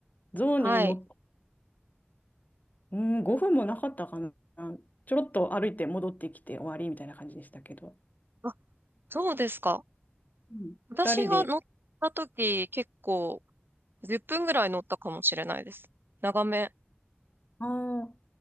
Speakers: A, on the left; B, on the right.
A: 象に乗っ、
B: はい。
A: うん、5分もなかったかな。ちょろっと歩いて戻ってきて終わりみたいな感じでしたけど、
B: あ、そうですか。
A: うん、
B: 私が乗った時、
A: 2人で、
B: 結構、10分ぐらい乗ったかもしれないです。長め。
A: ああ